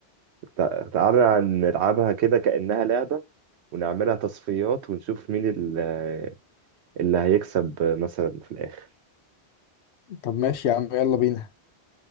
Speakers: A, on the right; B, on the left.
A: تع- تعالى نلعبها كده كانها لعبه ونعملها تصفيات ونشوف مين ال- آه، اللي هيكسب آه، مثلا في الاخر
B: طب ماشي يا عم يلا بينا